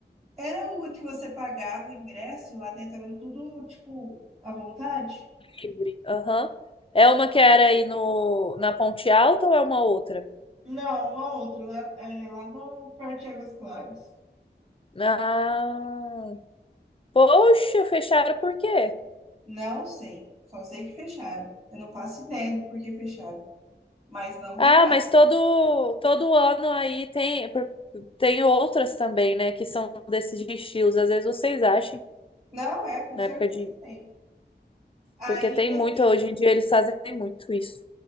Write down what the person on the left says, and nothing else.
Livre. Aham. É uma que era aí no, na Ponte Alta ou é uma outra?
Ah, poxa, fecharam por quê?
Ah,
mas todo, todo ano aí tem, por- tem outras também, né? Que são desses estilos. Às vezes vocês acham,
na
época de
Porque tem
muito, hoje em dia eles fazem muito isso.